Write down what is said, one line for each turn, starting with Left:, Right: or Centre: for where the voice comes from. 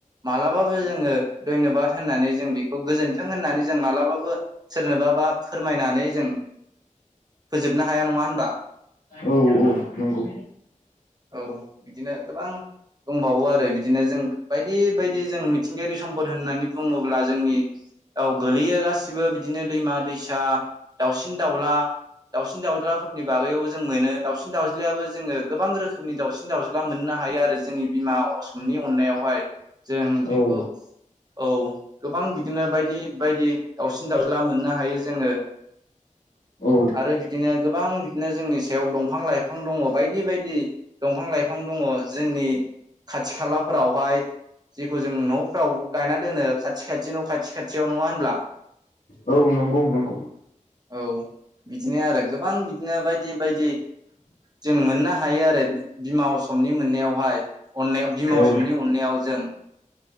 Right: मालाबाबो जोङो धयनबाद होननानै जों बेखौ गोजोन्थों होननानै जों मालाबाबो सोरनोबा बा फोरमायनानै जों फोजोबनो हाया नङा होनबा
Left: औ औ नंगौ
Right: औ बिदिनो गोबां दंबावो आरो बिदिनो जों बायदि बायदि जों मिथिंगायारि सम्पद होननानै बुङोब्ला जोंनि औ गोलैयो गासिबो बिदिनो दैमा दैसा दाउसिन दाउला दाउसिन दाउज्लाफोरनि बागैआवबो जों मोनो दाउसिन दाउज्लायाबो जोङो गोबां रोखोमनि दाउसिन दाउज्ला मोननो हायो आरो जोंनि बिमा असमनि अननायावहाय जों
Left: औ
Right: बेखौ औ गोबां बिदिनो बायदि बायदि दाावसिन दावउज्ला मोननो हायो जोङो
Left: औ
Right: आरो बिदिनो गोबां बिदिनो जोंनि सायाव दंफां लाइफां बिफां दङ बायदि बायदि दंफां लाइफां दङ जोंनि खाथि खालाफोरावहाय जेखौ जों न'फ्राव गायना दोनो खाथि खाथि न' खाथि खाथियाव नङा होनब्ला
Left: औ नंगौ नंगौ।
Right: औ बिदिनो आरो गोबां बिदिनो बायदि बायदि जों मोननो हायो आरो बिमा असमनि मोननायावहाय अननायाव बिमा
Left: औ
Right: असमनि अननायाव जों